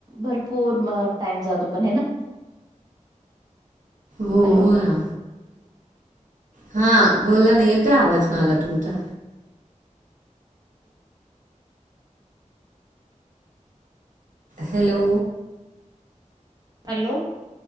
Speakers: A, on the right (about 30°); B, on the right (about 80°).
A: भरपूर टाईम जातोय पण हो ना-
B: हो
A: हॅलो.
B: हो ना. हा बोला ना, येते आवाज मला तुमचा. हॅलो.
A: हॅलो.